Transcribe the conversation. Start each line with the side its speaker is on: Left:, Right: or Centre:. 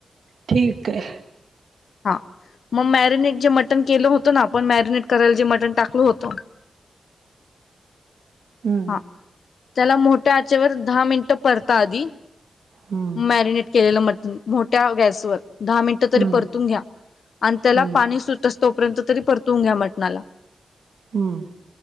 Right: ठीक आहे.
Left: हा मग मॅरिनेट जे मटन केलं होतं ना आपण मॅरिनेट करायला जे मटन टाकल होतं. <unintelligible>
Right: हम्म
Left: हा त्याला मोठ्या आचेवर दहा मिनटं परता आधी
Right: हं,
Left: मॅरिनेट केलेलं म्हट मोठ्या गॅस वर दहा मिनट तरी
Right: हं,
Left: परतून घ्या आणि त्या
Right: हं,
Left: पाणी
Right: हं,
Left: सु तोपर्यंत तरी परतवून घ्या म्हटणाला.
Right: हम्म